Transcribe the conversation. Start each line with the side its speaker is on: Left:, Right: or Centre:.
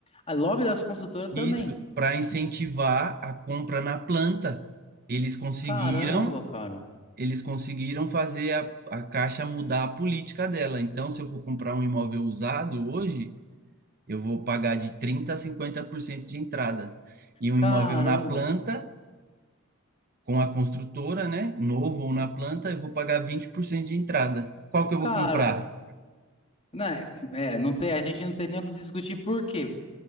Left: a lobby das construtoras
Right: Isso,
Left: também.
Right: para incentivar a compra na planta. Eles conseguiram,
Left: Caramba, cara.
Right: eles conseguiram fazer a, a Caixa mudar a política dela. Então, se eu for comprar um imóvel usado hoje, eu vou pagar de 30 a 50% de entrada. E um
Left: Caramba.
Right: imóvel na planta, com a construtora, né, novo ou na planta, eu vou pagar 20% de entrada. Qual que eu
Left: Cara,
Right: vou comprar?
Left: né, é, não tem, a gente não tem nem o que discutir por quê?